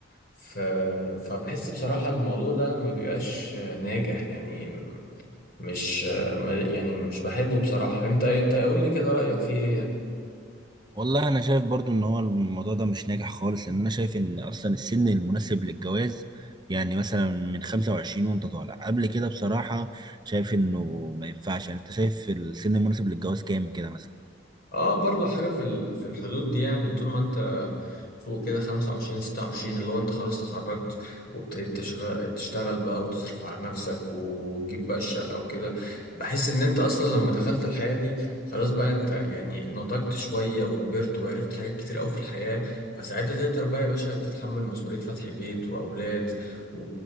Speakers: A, on the left (about 55°); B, on the right (about 25°).
A: ف... فبحس بصراحة الموضوع ده ما بيبقاش ناجح يعني مش ما- يعني مش بحبه بصراحة انت انت قول لي كده رأيك فيه ايه
B: والله انا شايف برضو ان هو الموضوع ده مش ناجح خالص لان انا شايف ان اصلا السن المناسب للجواز يعني مثلا من 25 وانت طالع قبل كده بصراحة شايف انه ما ينفعش يعني انت شايف السن المناسب للجواز كام كده مثلا
A: اه برضو حاجة في ال- في الحدود دي يعني طول ما انت فوق كده خمسة وعشرين ستة وعشرين اللي هو انت خلاص اتخرجت وابتديت تشغل تشتغل بقى وتصرف على نفسك وتجيب بقى الشقة وكده بحس ان انت اصلا لما دخلت الحياة دي خلاص بقى انت يعني نضجت شوية وكبرت وعرفت حاجات كتير قوي في الحياة فساعتها تقدر بقى يا باشا تتحمل مسؤولية فتح بيت واولاد و...